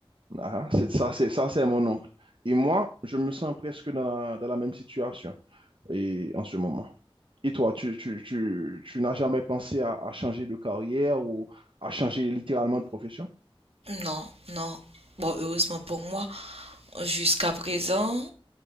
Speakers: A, on the right; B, on the right.
A: Ah, c'est ça, c'est ça, c'est mon oncle. Et moi, je me sens presque dans la, dans la même situation et en ce moment. Et toi, tu, tu, tu, tu n'as jamais pensé à, à changer de carrière ou à changer littéralement de profession?
B: Non, non. Bon, heureusement pour moi, jusqu'à présent,